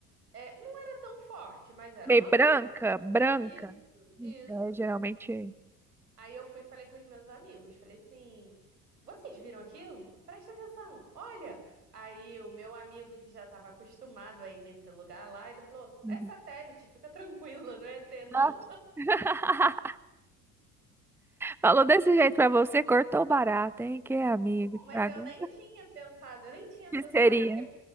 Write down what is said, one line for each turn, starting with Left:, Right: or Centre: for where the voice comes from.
Right: É, não era tão forte, mas era
Centre: Meio
Right: uma luz.
Centre: branca, branca.
Right: Isso, isso.
Centre: É, geralmente.
Right: Aí eu fui e falei com os meus amigos, falei assim, vocês viram aquilo? Presta atenção, olha! Aí o meu amigo que já estava acostumado aí nesse lugar lá, ele falou,
Centre: Uhum.
Right: é satélite, fica tranquila, <laughs> não é ET não.
Centre: Ah. <laughs> Falou desse jeito pra você, cortou barato, hein? Que amigo, estragou.
Right: Mas eu nem tinha pensado, eu nem tinha associado,
Centre: Seria.
Right: porque